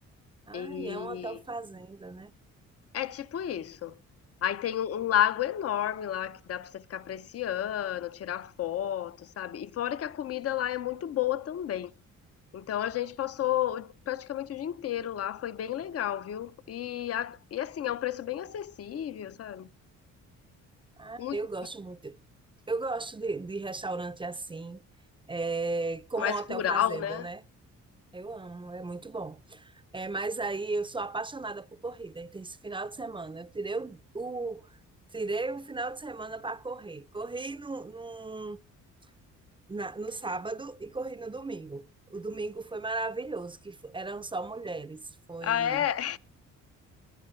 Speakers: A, on the right; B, on the left.
A: Ai,
B: E
A: é um hotel fazenda, né?
B: É tipo isso. Aí tem um, um lago enorme lá que dá pra você ficar apreciando, tirar foto, sabe? E fora que a comida lá é muito boa também. Então a gente passou praticamente o dia inteiro lá, foi bem legal, viu? E, a- e assim, é um preço bem acessível, sabe?
A: Ah,
B: Muito
A: eu gosto muito. Eu gosto de, de restaurante assim, é, como
B: mais
A: um hotel
B: rural,
A: fazenda,
B: né?
A: né? Eu amo, é muito bom. É, mas aí eu sou apaixonada por corrida. Então, esse final de semana, eu tirei o, o- tirei o final de semana para correr. Corri no, no, na- no sábado e corri no domingo. O domingo foi maravilhoso, que fo- eram só mulheres. Foi.
B: Ah, é?